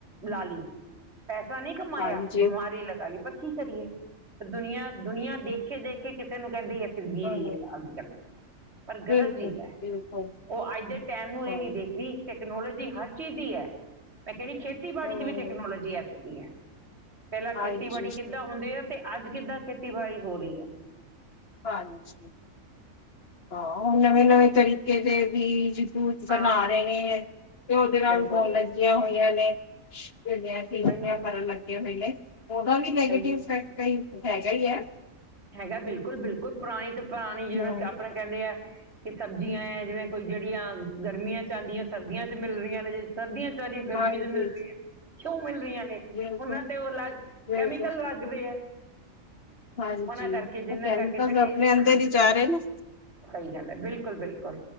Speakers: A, on the right; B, on the left.
A: ਲਾ ਲੀ, ਪੈਸਾ ਨੀ ਕਮਾਇਆ
B: ਹਾਂਜੀ
A: ਬਿਮਾਰੀ ਲਗਾ ਲੀ। ਪਰ ਕੀ ਕਰੀਏ। ਦੁਨੀਆਂ ਦੁਨੀਆਂ ਦੇਖੇ-ਦੇਖੇ ਕਿਸੇ ਨੂੰ ਕਹਿੰਦੀ ਐ। ਗਗੀਰੀ
B: ਹਾਂ
A: ਹੈ ਅੱਜਕੱਲ, ਪਰ ਗਲਤ
B: ਬਿਲਕੁਲ
A: ਚੀਜ਼ ਐ।
B: ਬਿਲਕੁਲ
A: ਉਹ ਅੱਜ ਦੇ ਟੈਮ ਨੂੰ ਇਹ
B: ਹਾਂ
A: ਨੀ ਦੇਖ ਰਹੀ ਟੈਕਨੋਲੋਜੀ ਹਰ ਚੀਜ਼ ਦੀ ਐ, ਮੈਂ ਕਹਿੰਨੀ ਖੇਤੀਬਾੜੀ
B: ਹਾਂ
A: 'ਚ ਵੀ ਟੈਕਨੋਲੋਜੀ ਆ ਚੁੱਕੀ ਐ। ਪਹਿਲਾਂ
B: ਹਾਂਜੀ
A: ਖੇਤੀਬਾੜੀ ਕਿੱਦਾਂ ਹੁੰਦੇ ਆ ਤੇ ਅੱਜ ਕਿੱਦਾਂ ਖੇਤੀਬਾੜੀ ਹੋ ਰਹੀ ਐ।
B: ਹਾਂਜੀ, ਹਾਂ ਉਹ ਨਵੇਂ-ਨਵੇਂ ਤਰੀਕੇ ਦੇ ਵੀ ਦੂਧ ਬਣਾ
A: ਹਾਂ
B: ਰਹੇ ਨੇ, ਤੇ ਉਹਦੇ ਨਾਲ
A: ਬਿਲਕੁਲ
B: ਹੋਣ ਲੱਗੀਆਂ ਹੋਈਆਂ ਨੇੜੀਆਂ
A: ਸਹੀ ਗੱਲ ਹੈ,
B: ਕਰਨ ਲੱਗੇ ਹੋਏ ਨੇ, ਉਹਦਾ ਵੀ ਨੈਗੇਟਿਵ
A: ਸਹੀ
B: ਇਫੈਕਟ ਕ ਹੈਗਾ ਹੀ ਏ।
A: ਹੈਗਾ ਬਿਲਕੁਲ-ਬਿਲਕੁਲ ਪੁਰਾਣੀ ਤੋਂ ਪੁਰਾਣੀ ਜਿਵੇਂ
B: ਹੂੰ,
A: ਕਿ ਆਪਣੇ- ਕਹਿੰਦੇ ਆ, ਕਿ ਸਬਜ਼ੀਆਂ ਏ ਜਿਵੇਂ ਕੋਈ ਜਿਹੜੀਆਂ ਗਰਮੀਆਂ 'ਚ ਆਂਦੀਆਂ ਸਰਦੀਆਂ 'ਚ ਮਿਲ ਰਹੀਆਂ ਨੇ ਜੇ ਸਰਦੀਆਂ 'ਚ <unintelligible> ਗਰਮੀ
B: ਹਾਂਜੀ
A: 'ਚ ਮਿਲ ਰਹੀ ਐ। ਕਿਉਂ ਮਿਲ ਰਹੀਆਂ ਨੇ,
B: ਬਿਲਕੁਲ
A: ਉਹਨਾਂ ਤੇ ਉਹ ਅਲੱਗ
B: ਬਿਲਕੁਲ
A: ਕੈਮੀਕਲ ਲੱਗਦੇ ਆ।
B: ਹਾਂਜੀ,
A: ਉਹਨਾਂ ਕਰਕੇ ਜਿੰਨਾ
B: ਉਹ ਕੈਮੀਕਲ
A: ਕਰਕੇ ਫਿਰ
B: ਆਪਣੇ
A: ਇਹ
B: ਅੰਦਰ
A: ਹਾਂ
B: ਹੀ ਜਾ ਰਹੇ ਨਾ।
A: ਸਹੀ ਗੱਲ ਐ ਬਿਲਕੁਲ-ਬਿਲਕੁਲ।